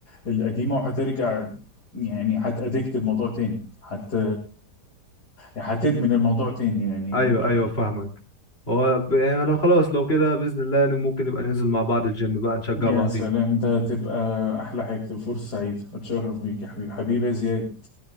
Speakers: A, on the left (about 70°); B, on the left (about 35°).
A: القديمة وهترجع يعني هتأدكت الموضوع تاني حت هتدمن الموضوع تاني يعني
B: ايوه ايوه فاهمك هو ب- يعني لو خلاص لو كده باذن الله ممكن نبقى ننزل مع بعض الجيم بقى نشجع
A: يا
B: بعضينا
A: سلام ده تبقى أحلى حاجة تبقى فرصة سعيدة أتشرف بيك يا حبيبي حبيبي يا زياد